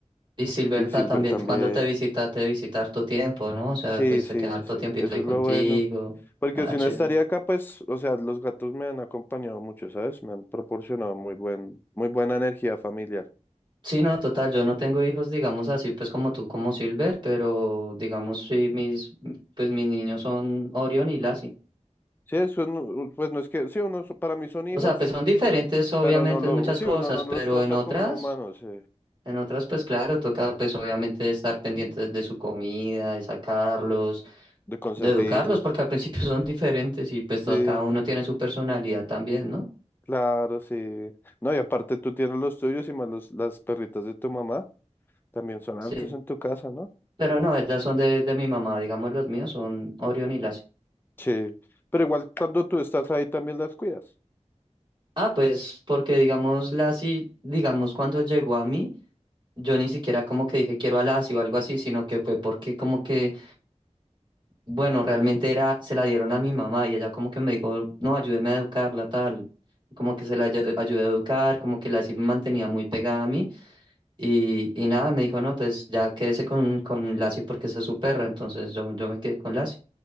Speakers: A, on the right; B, on the left.
A: Y Silberta
B: Y Silver
A: también,
B: también.
A: cuando te visita, te visita harto tiempo, ¿no? O sea,
B: Sí,
A: pues
B: sí,
A: se queda harto
B: sí,
A: tiempito
B: eso
A: ahí
B: es
A: contigo.
B: lo bueno. Porque
A: Ah,
B: si
A: chévere.
B: no estaría acá, pues, o sea, los gatos me han acompañado mucho, ¿sabes? Me han proporcionado muy buen, muy buena energía familiar.
A: Sí, no, total, yo no tengo hijos, digamos así, pues como tú, como Silver, pero digamos sí, mis, pues mis niños son Orion y Lassie.
B: Sí, eso no- pues no es que, sí, uno, para mí son hijos,
A: O sea, pues son diferentes obviamente
B: pero no lo,
A: en muchas
B: sí,
A: cosas,
B: uno no los
A: pero
B: trata
A: en otras,
B: como un humano, sí,
A: en otras pues claro, toca pues obviamente estar pendientes de su comida, de sacarlos,
B: de consentirlos.
A: de educarlos, porque al principio <laughs> son diferentes y pues
B: Sí,
A: todo- cada uno tiene su personalidad también, ¿no?
B: claro, sí. No, y aparte tú tienes los tuyos y más los, las perritas de tu mamá, también son hartos
A: Sí.
B: en tu casa, ¿no?
A: Pero no, ellas son de, de mi mamá, digamos los míos son Orión y Lassie.
B: Sí, pero igual cuando tú estás ahí también las cuidas.
A: Ah, pues porque digamos Lassie, digamos cuando llegó a mí, yo ni siquiera como que dije quiero a Lassie o algo así, sino que fue porque como que, bueno, realmente era, se la dieron a mi mamá y ella como que me dijo, no, ayúdeme a educarla, tal. Como que se la ayu- ayudé a educar, como que Lassie me mantenía muy pegada a mí y, y nada, me dijo, no, pues ya quédese con, con Lassie porque esa es su perra, entonces yo, yo me quedé con Lassie.